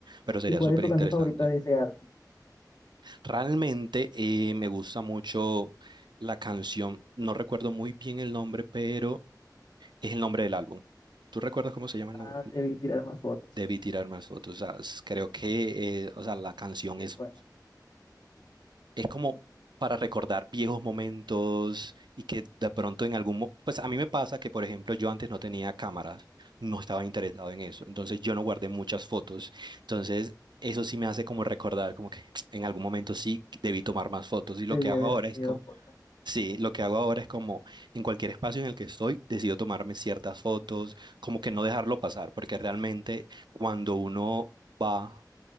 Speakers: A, on the right; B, on the left.
A: pero sería
B: ¿Y cuál
A: súper
B: es tu
A: interesante.
B: canción favorita de ese álbum?
A: Realmente eh, me gusta mucho la canción, no recuerdo muy bien el nombre, pero es el nombre del álbum. ¿Tú recuerdas cómo se llama el
B: Ah,
A: nombre?
B: debí tirar más fotos.
A: Debí tirar más fotos. O sea, es- creo que eh, o sea, la canción
B: Es
A: es,
B: buena.
A: es como para recordar viejos momentos y que de pronto en algún... mo- Pues a mí me pasa que, por ejemplo, yo antes no tenía cámaras, no estaba interesado en eso, entonces yo no guardé muchas fotos, entonces eso sí me hace como recordar, como que <tsk> en algún momento sí debí tomar más fotos y lo
B: Debí
A: que hago
B: haber
A: ahora
B: tenido
A: es como...
B: fotos.
A: Sí, lo que hago ahora es como en cualquier espacio en el que estoy, decido tomarme ciertas fotos, como que no dejarlo pasar, porque realmente cuando uno va